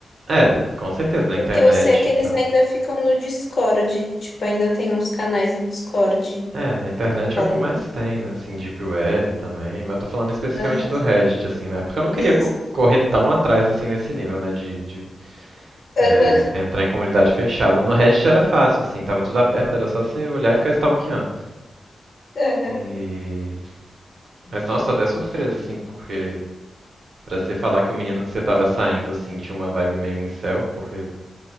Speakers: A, on the right; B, on the left.
A: É, de- com certeza, na
B: Porque
A: internet
B: eu sei que
A: e
B: eles
A: tal.
B: ainda ficam no Discord. Tipo, ainda tem uns canais no Discord
A: É, na internet
B: falando.
A: é o que mais tem, né? Assim, Deep Web também. Mas eu tô falando especificamente
B: Aham.
A: do Reddit, assim, né? Porque eu não queria
B: Isso.
A: co- correr tão atrás, assim, nesse nível, né? De, de,
B: Aham.
A: é, entrar em comunidade fechada. No Reddit era fácil, assim, tava tudo aberto, era só você olhar e ficar stalkeando.
B: Aham.
A: E. Mas, nossa, tô até surpreso, assim, porque. Pra você falar que o menino que você tava saindo, assim, tinha uma vibe meio incel, porque